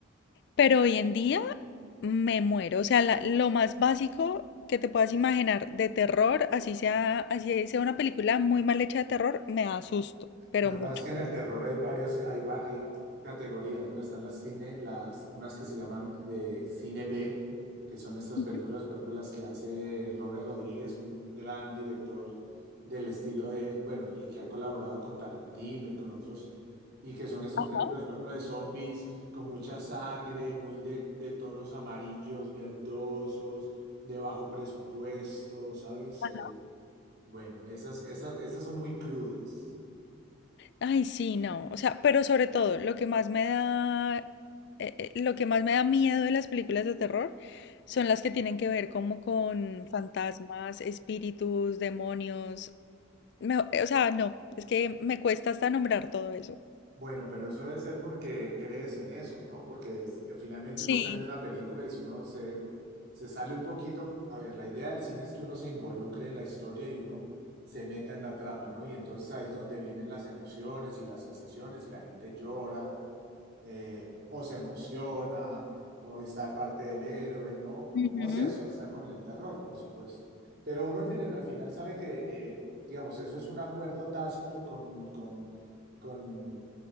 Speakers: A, on the left (about 55°); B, on the right (about 55°).
A: Pero hoy en día me muero, o sea, la- lo más básico que te puedas imaginar de terror, así sea, así sea una película muy mal hecha de terror, me asusto, pero
B: Lo que
A: mucho.
B: pasa es que en el terror hay varios, hay, va- hay categorías, ¿no? Están las cine, las, unas que se llaman de cine B, que son estas
A: Ujú.
B: películas, por ejemplo, las que hace Robert Rodríguez, un gran director del estilo de, bueno, y que ha colaborado con Tarantino y con otros, y que son estas
A: Ajá,
B: películas, por ejemplo, de zombies, con mucha sangre, muy de, de tonos amarillos, verdosos, de bajo presupuesto, ¿sabes?
A: ajá.
B: Eh, Bueno, esas, esas, esas son muy crudas.
A: Ay, sí, no. O sea, pero sobre todo, lo que más me da, eh, eh, lo que más me da miedo de las películas de terror son las que tienen que ver como con fantasmas, espíritus, demonios. Me- o sea, no, es que me cuesta hasta nombrar todo eso.
B: Bueno, pero eso debe ser porque crees en eso, ¿no? Porque es- eh, finalmente
A: Sí.
B: uno está viendo una película y si uno se, se sale un poquito, a ver, la idea del cine es que uno se involucre en la historia y uno se meta en la trama, ¿no? Y entonces ahí es donde vienen las emociones y las sensaciones y la gente llora eh, o se emociona, o está de parte del héroe, ¿no?
A: Ujú,
B: O se asusta con el terror, por supuesto. Pero uno al final, al final sabe que, eh, digamos, eso es un acuerdo tácito con, con, con,